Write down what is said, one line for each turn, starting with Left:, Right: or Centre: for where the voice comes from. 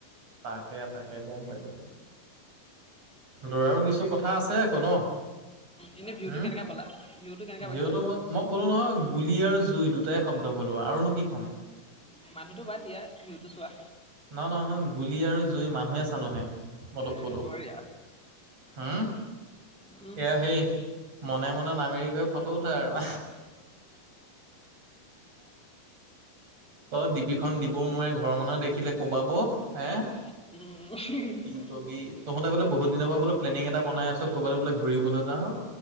Right: তাকে তাকে গম পাইছো। লৰাৰো কিছু কথা আছে আকৌ ন।
Centre: এনেই ভিউটো
Right: হম
Centre: কেনেকা পালা, ভিউটো কেনেকা
Right: ভিঅ'টো
Centre: পাইছা?
Right: মই মই ক'লো নহয় গুলি আৰু জুই দুটাই শব্দ। ক'লো আৰুনো কি ক'ম।
Centre: মানুহতটো বাদ দিয়া ভিউটো চোৱা।
Right: নহ নহয় গুলি আৰু জুই মানুহে চানুহে মই তোক
Centre: এ,
Right: কলো।
Centre: বঢ়িয়া
Right: হা,
Centre: উম,
Right: এয়া <unintelligible> মনে মনে নামেৰি গৈ ফটো উঠাই আৰু <unintelligible> ডিপিখন দিবও নোৱাৰি ঘৰৰ মানুহে দেখিলে কুবাব এ।
Centre: উম <unintelligible>
Right: কি কবি তহঁতে বোলে বহুত দিনৰ পৰা বোলে প্লেনিং এটা বনাই আছ ক'বালই বোলে ঘুৰিবলে যাওঁ।